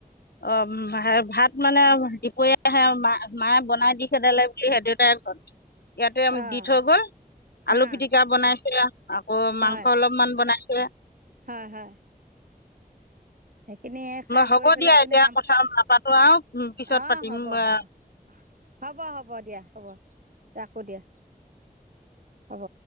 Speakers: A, on the left; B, on the right.
A: অ', ভাত মানে দুপৰীয়া আহে মা মায়ে বনাই দি খেদালে বুলি সেই দেউতাই কই।
B: <inaudible>
A: ইয়াতে
B: অঁ
A: দি থৈ গ'ল আলু
B: অঁ
A: পিটিকা বনাইছিলা অ', মাংস
B: হয়
A: অলপমান বনাইছে।
B: হয় হয়। সেইখিনি খাই
A: হ'ব
B: বৈ পেলাই
A: দিয়া
B: আপুনি
A: এতিয়া
B: কাম,
A: কথা নাপাতো আৰু পিছত
B: অ',
A: পাতিম
B: হ'ব হ'ব। হ'ব হ'ব দিয়া হ'ব ৰাখো দিয়া হ'ব।